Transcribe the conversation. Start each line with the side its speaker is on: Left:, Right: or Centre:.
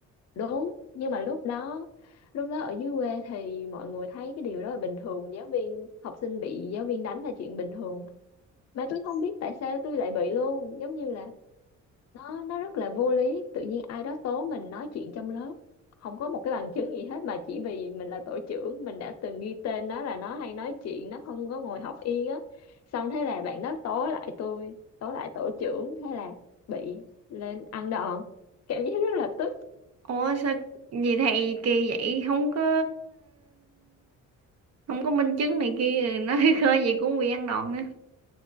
Left: đúng nhưng mà lúc đó lúc đó ở dưới quê thì mọi người thấy cái điều đó là bình thường giáo viên học sinh bị giáo viên đánh là chuyện bình thường mà tôi không biết tại sao tôi lại bị luôn giống như là nó nó rất là vô lý tự nhiên ai đó tố mình nói chuyện trong lớp không có một cái bằng chứng gì hết mà chỉ vì mình là tổ trưởng mình đã từng ghi tên nó là nó hay nói chuyện nó không có ngồi học yên á xong thế là bạn đó tố lại tôi tố lại tổ trưởng thế là bị lên ăn đòn cảm giác rất là tức
Right: ủa sao gì thầy kỳ vậy không có không có minh chứng này kia nó <laughs> khơi gì cũng bị ăn đòn nữa